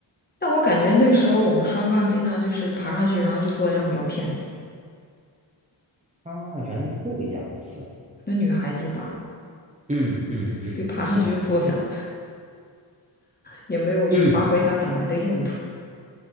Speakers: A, on the left (about 20°); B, on the right (about 15°).
A: 但我感觉那个时候我们双杠经常就是爬上去，然后就坐在上面聊天。
B: 啊，原来是这个样子。
A: 那女孩子吧，
B: 嗯嗯嗯，
A: 对，爬上去就坐下了，
B: 是的，
A: 也没有就发挥它本来的用途。
B: 嗯，